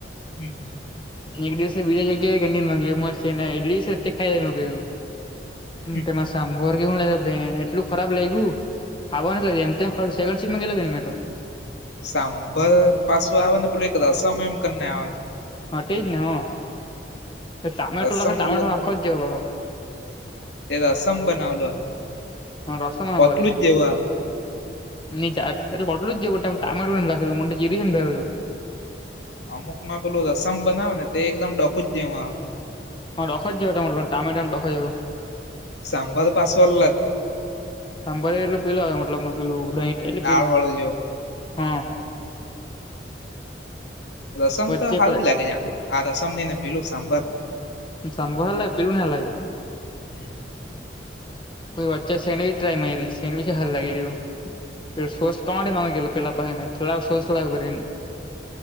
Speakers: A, on the left (about 80°); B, on the left (about 30°).
A: હમ <inaudible>
B: એક દિવસે બીજા જગ્યાએ <inaudible> ક ફેમસ છે ને એટતે ખાઈ લ કું
A: હમ.
B: તેમાં સાંભોર શું લ એટલું ખરાબ લઈ ગું ખાવા ને ક એમમ ખ સેન્ડ સપમાં ગ કે ન મેટો <inaudible>
A: સાંભર પાછું આવે ને પેલું એક રસમ એમ કરીને આવે.
B: હા તેજને હ. એ ટમેટો
A: રસમ
B: લખા તો ટમેટો
A: અલગ
B: આખો
A: ને
B: જવ ક હો
A: તે તો રસમ બનાવલો હ.
B: હ રસ મા
A: પોતલું
B: વરી.
A: જ જેવું આવે
B: બટલું જ ટમેટું ને લખેલું મોટા જીરીને લખેલું.
A: અમુક માં પેલું રસમ બનાવે ને તે એકદમ ડખું જ જેમાં આવે.
B: હ રખ જ એ ટમેટ <inaudible> રખ જો
A: સાંભાર પાસો અલગ.
B: સાંભરે એટલે પીલું આવે મતલબ પેલું દહીંઠ એટલે
A: દાળ
B: પીલું
A: વાળો જેવો
B: હા.
A: રસમ
B: વચ્ચે
A: તો હાલું જ લાગે આ આ રસમ ની ને પેલું સાંભર.
B: સાંભળ લે પેલું ના લઈ
A: હમ.
B: કોઈ વચ્ચે સેન્ડવીચ ટ્રાય મારી સેન્ડવીચ જ હારું લાગ્યું પેલુ સોસ <unintelligible> પેલા પાહે મેં લાવ સોસ કરીને